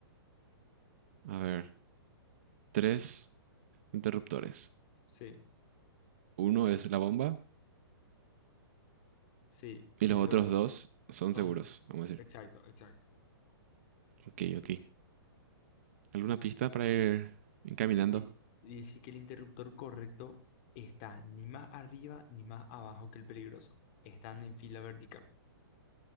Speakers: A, on the right; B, on the left.
A: A ver, tres interruptores.
B: Sí,
A: Uno es la bomba
B: sí.
A: y
B: Y
A: los
B: los
A: otros dos son
B: son...
A: seguros, vamos a decir.
B: Exacto, exacto.
A: Ok, ok. ¿Alguna pista para ir encaminando?
B: Di- dice que el interruptor correcto está ni más arriba ni más abajo que el peligroso. Están en fila vertical.